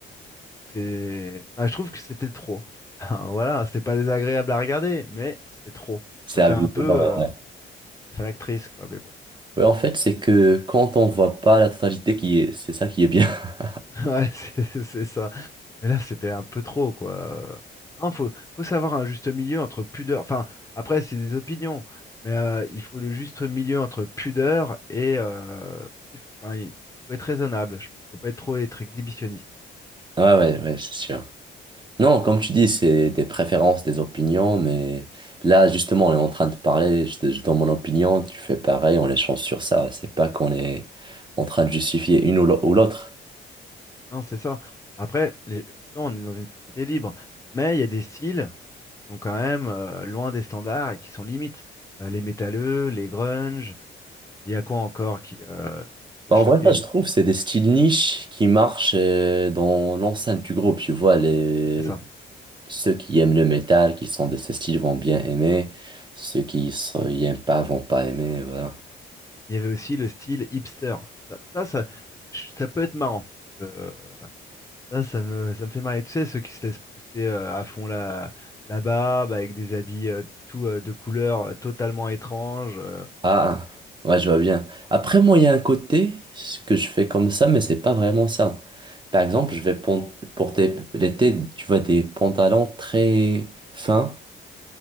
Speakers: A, on the left; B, on the right.
A: c'est, enfin, je trouve que c'était trop. <laughs> Enfin, voilà, c'était pas désagréable à regarder, mais c'est trop.
B: C'est
A: Ça fait
B: à vue
A: un peu,
B: ouais.
A: euh,
B: ouais.
A: ça fait l'actrice, quoi. Mais bon,
B: Ouais, en fait, c'est que quand on voit pas la totalité, qui est... c'est ça qui est bien. <laughs>
A: <laughs> ouais, c'est c'est ça. Mais là, c'était un peu trop, quoi. Euh, Non, faut, faut savoir un juste milieu entre pudeur. Enfin, après, c'est des opinions, mais euh, il faut le juste milieu entre pudeur et, euh, ce qu'il faut- enfin, il faut être raisonnable. Je- Faut pas être trop être exhibitionniste.
B: Ouais, ouais, ouais, c'est sûr. Non, comme tu dis, c'est des préférences, des opinions, mais là, justement, on est en train de parler, je, te- je donne mon opinion, tu fais pareil, on échange sur ça. C'est pas qu'on est en train de justifier une ou l'au- ou l'autre.
A: Non, c'est ça. Après, les- justement, on est dans une société libre, mais il y a des styles qui sont quand même euh, loin des standards et qui sont limites. Euh, les métalleux, les grunge, il y a quoi encore qui, euh, qui peut
B: Bah,
A: choquer?
B: en vrai, ça, je trouve, c'est des styles niches qui marchent euh, dans l'enceinte du groupe, tu vois, les...
A: C'est ça.
B: Ceux qui aiment le métal, qui sont de ce style, vont bien aimer. Ceux qui n'y aiment pas vont pas aimer, voilà.
A: Il y avait aussi le style hipster. Ça, ça, ça, ch- ça peut être marrant. Je- ça, ça me, ça me fait marrer. Tu sais, ceux qui se laissent pousser euh, à fond la, la barbe avec des habits euh, tout, euh, de couleurs euh, totalement étranges. euh.
B: Ah, ouais, je vois bien. Après, moi, il y a un côté ce que je fais comme ça, mais c'est pas vraiment ça. Par exemple, je vais pon- porter l'été, tu vois, des pantalons très fins